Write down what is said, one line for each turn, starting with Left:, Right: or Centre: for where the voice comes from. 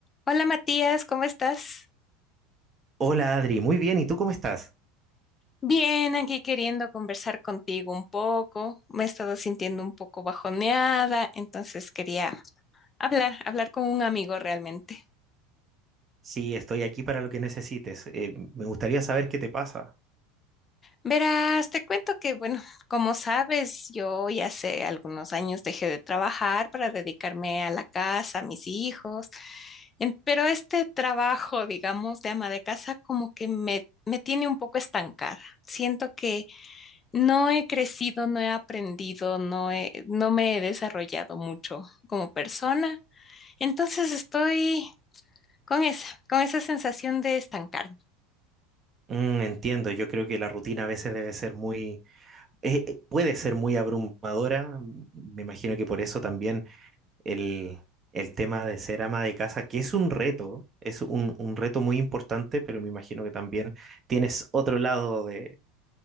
Left: Hola Matías, ¿cómo estás?
Right: Hola Adri, muy bien, ¿y tú cómo estás?
Left: Bien, aquí queriendo conversar contigo un poco. Me he estado sintiendo un poco bajoneada, entonces quería hablar, hablar con un amigo realmente.
Right: Sí, estoy aquí para lo que necesites. Eh, me gustaría saber qué te pasa.
Left: Verás, te cuento que, bueno, como sabes, yo ya hace algunos años dejé de trabajar para dedicarme a la casa, a mis hijos, en- pero este trabajo, digamos, de ama de casa, como que me, me tiene un poco estancada. Siento que No he crecido, no he aprendido, no he- no me he desarrollado mucho como persona. Entonces estoy con esa, con esa sensación de estancarme.
Right: Mm, entiendo, yo creo que la rutina a veces debe ser muy, eh, eh, puede ser muy abrumadora. Me imagino que por eso también el, el tema de ser ama de casa, que es un reto, es un, un reto muy importante, pero me imagino que también tienes otro lado de,